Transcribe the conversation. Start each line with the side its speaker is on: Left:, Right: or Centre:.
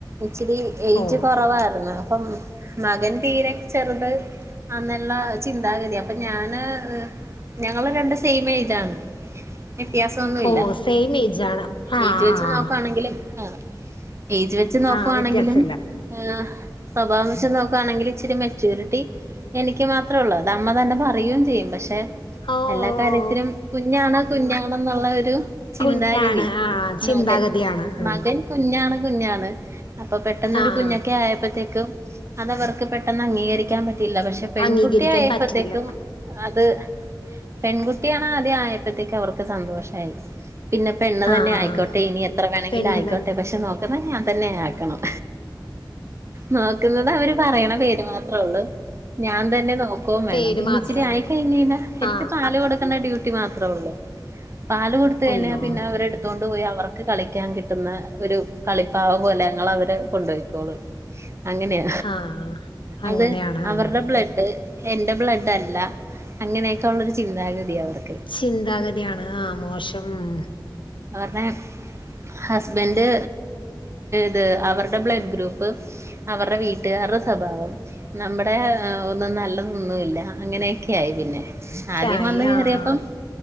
Right: ഇച്ചിരി ഏജ്
Left: ഓ
Right: കൊറവായിരുന്ന് ഇപ്പം മകൻ തീരെ ചെറുത്- ആന്ന് ഉള്ള ചിന്താഗതിയാ അപ്പൊ ഞാന്- ഞങ്ങള് രണ്ട് സെയിം എയ്ജാണ് വ്യത്യാസം ഒന്നുല്ല
Left: ഓ സെയിം ഏജ് ആണ് ആഹ്
Right: ഏയ്ജ് വെച്ച് നോക്കാണെങ്കിലും ആഹ് ഏയ്ജ് വെച്ച് നോക്കുവാണെങ്കിലും-
Left: ആഹ് വ്യത്യാസമില്ല
Right: എഹ് സ്വഭാവം വെച്ച് നോക്കുവാണെങ്കിലുംണെങ്കിൽ ഇച്ചിരി മെച്യൂരിറ്റി- എനിക്ക് മാത്രേ ഉള്ളൂ അത് അമ്മ തന്നെ പറയും ചെയ്യും ബ പക്ഷെ
Left: ഓ
Right: എല്ലാ കാര്യത്തിനും
Left: ഓ
Right: കുഞ്ഞാണ് കുഞ്ഞാണെന്നുള്ള ഒരു ചിന്താഗതി
Left: കുഞ്ഞാണ് ആഹ് ചിന്താഗതിയാണ്
Right: മകൻ
Left: ഉം
Right: മകൻ കുഞ്ഞാണ് കുഞ്ഞാണ് അപ്പൊ പെട്ടെന്നൊരു
Left: ആഹ്
Right: കുഞ്ഞൊക്കെ ആയപ്പോത്തേക്കും- അത് അവർക്ക് പെട്ടെന്ന് അംഗീകരിക്കാൻ പറ്റിയില്ല പക്ഷെ പെൺകുട്ടി
Left: അംഗീകരിക്കാൻ
Right: ആയപ്പോത്തേക്കും-
Left: പറ്റിയില്ല
Right: അത് പെൺകുട്ടിയാണ് ആദ്യം ആയപ്പോത്തേക്ക് അവർക്ക് സന്തോഷായി പിന്നെ- പെണ്ണ് തന്നെ
Left: ആഹ്
Right: ആയിക്കോട്ടെ ഇനി എത്ര വേണെങ്കിലും
Left: പെണ്ണ്
Right: ആയിക്കോട്ടെ
Left: തൻ
Right: പക്ഷെ നോക്ക ക്കുന്ന ഞാൻ തന്നെ ആക്കണം നോക്കുന്നത് അവര് പറയണ പേര് മാത്രേ ഉള്ളൂ ഞാൻ തന്നെ നോക്കോം വേണം
Left: പേര്
Right: പിന്നെ
Left: മാത്രേ
Right: ഇച്ചിരി
Left: ഉള്ളൂ
Right: ആയി കഴിഞ്ഞ ഴിഞ്ഞ എനിക്ക്
Left: ആഹ്
Right: പാല് കൊടു ക്കണ്ട ഡ്യൂട്ടി മാത്രോള്ളൂ പാല് കൊടുത്ത് കഴിഞ്ഞാൽ
Left: ഉള്ളൂ
Right: പിന്നെ അവരെടു ത്തോണ്ട് പോയി അവർക്ക് കളിക്കാൻ കിട്ടുന്ന ഒരു കളിപ്പാവ പോലങ്ങളെ അവര് കൊണ്ടോയി ക്കോള് അങ്ങനെയ
Left: ആഹ് അങ്ങനെയാണ്
Right: അത്-
Left: ആഹ്
Right: അവരുടെ ബ്ലഡ് എന്റെ ബ്ലഡ് അല്ല അങ്ങനെയൊക്കെ ഉള്ളൊരു ചിന്താഗതി അവർക്ക്
Left: ചിന്താഗതിയാണ് ആഹ് മോശം ഉം
Right: അവരുടെ ഹസ്ബൻഡ് ഇത് അവരുടെ ബ്ലഡ് ഗ്രൂപ്പ്- അവരുടെ വീട്ടുകാരുടെ സ്വഭാവം നമ്മടെ ഒന്നും നല്ലതൊന്നുല്ല അങ്ങനെയൊക്കെ ആയി പിന്നെ ആദ്യം
Left: ക്കായി
Right: വന്ന് കേറിയപ്പം-
Left: ആഹ്